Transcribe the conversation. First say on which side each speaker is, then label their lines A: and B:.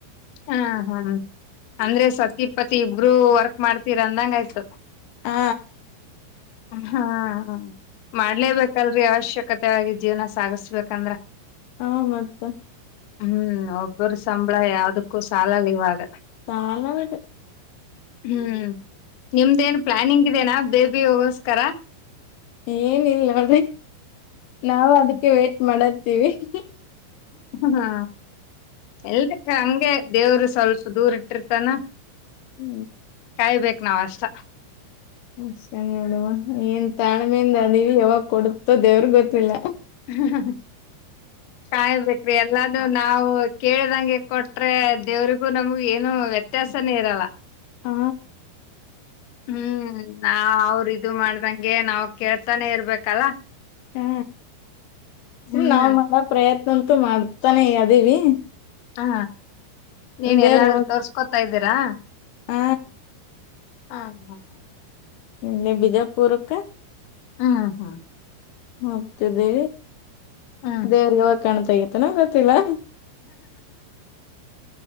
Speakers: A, on the left; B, on the left.
A: ಹಾ ಹಾ ಅಂದ್ರೆ ಸತಿ ಪತಿ ಇಬ್ರುೂ ವರ್ಕ್ ಮಾಡ್ತೀರ ಅಂದಂಗ ಆಯ್ತು.
B: ಹಾ.
A: ಹಾ ಹ. ಮಾಡ್ಲೇಬೇಕಲ್ರರಿ ಅವಶ್ಯಕತೆ. ಮುತಾಗಿ ಜೀವನ ಸಾಗಸ್ಬೇಕಂದ್ರ.
B: ಹಾ ಮತ್ತ.
A: ಹೂ ಬರೋ ಸಂಬಳ ಯಾವದಕ. ಸಾಲಲ್ಲ ಇವಾಗ.
B: ತಳ. <unintelligible>
A: ಹೂ ನಿಮ್ದ ಏನ್ ಪ್ಲಾನಿಂಗ್ ಇದೆನಾ ಬೇಬಿ ಹೋಗೋಸ್. <unintelligible> ಕರ.
B: ಏನಿಲ್ಲಾ ನೋಡ್ರಿ ನಾವು ಅದಕ್ಕೆ ವೇಟ್ ಮಾಡಾತೀವಿ. ಹೂ
A: ಹಾ ಎಲ್ರಿ ಹಂಗೆ ದೇವ್ರು ಸ್ವಲ್ಪ ದೂರ ಇಟ್ಟಿರ್ತಾನ.
B: ಹೂ
A: ಕಾಯಬೇಕೇು ನಾವ್ ಅಷ್ಟ
B: ಹ ನೋಡುವ ಏನ್ ತಾಳ್ಮೆಯಿಂದ ಅದಿವವಿ ಯಾವಾಗ ಕೊಡುತ್ತೋ ದೇವ್ರಗ್ ಗೊತ್ತಿಲ್ಲ.
A: ಹುಹುಹು ಕಾಯು ಬೇಕ್ರಿ ಎಲ್ಲ. ಇದು ನಾವು ಕೇಳ್ದಂಗೆ ಕೊಟ್ರೆ ದೇವ್ರಿಗೂ ನಮಗ ಏನು ವ್ಯತ್ಯಾಸನೇ ಇರಲ್ಲ.
B: ಹಾ.
A: ಹೂ ನಾ ಅವ್ರ ಇದು ಮಾಡ್ದಂಗೆ ನಾವ್ ಕೇಳ್ತಾನೆ ಇರ್ಬೇಕಲ್ಲ.
B: ಹೂ ಸುಮ
A: ಹ್ಮ್
B: ನವು <unintelligible> ಮ ಪ್ರಯತ್ನ. ಅಂತು ಮಾಡ್ತಾನೆ ಅದೀವಿ.
A: ಹಾ. ನೀನ್
B: ದೇವ್ರ
A: ಎಲ್ಲಾದ್ರೂ
B: ಯಾವಾಗ
A: ತೋರಿಸ್ಕೊತ ಇರ ದರಾ.
B: ಹಾ.
A: ಹಾ ಹಾ ಹ.
B: ಇಲ್ಲೆ ಬಿಜಾಪುರಕ್ಕ.
A: ಹ್ಮ ಹಾ.
B: ಮತ್ತ್ ಅದೆ.
A: ಹ್ಮ್
B: ದೇರ್ಯಾವಗ್ ಕಾಣ್ತ ಆಗುತ್ತೇನೋ ಗೊತ್ತಿಲ್ಲಾ.